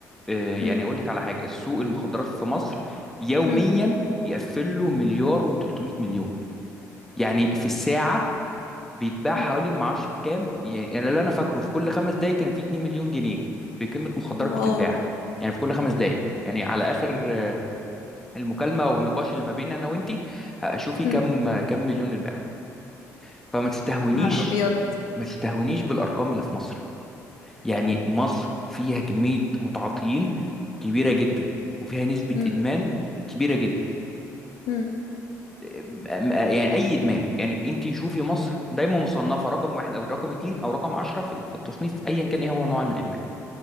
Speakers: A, in the centre; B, on the left.
A: آه، يعني
B: امم
A: اقول لك على حاجه السوق المخدرات في مصر يوميا
B: امم
A: بيقفل له مليار و300 مليون يعني في الساعه بيتباع حوالي
B: أمم.
A: ما اعرفش بكام يعني انا اللي انا فاكره في كل خمس دقائق كان في 2 مليون جنيه بقيمه مخدرات
B: واو
A: بتتباع يعني في كل خمس دقائق يعني على اخر آه، المكالمه والنقاش اللي ما بيننا انا وانتي شوفي
B: امم
A: كم كم مليون اتباع فما تستهونيش
B: نهار ابيض
A: ما تستهونيش بالارقام اللي في مصر يعني مصر فيها كمية متعاطيين كبيرة جدا وفيها نسبة
B: امم
A: إدمان كبيرة جدا
B: امم
A: أم- أم- يعني أي إدمان يعني أنت شوفي مصر دايما مصنفة رقم واحد أو رقم اتنين أو رقم عشرة في في التصنيف أيا كان إيه هو نوع الإدمان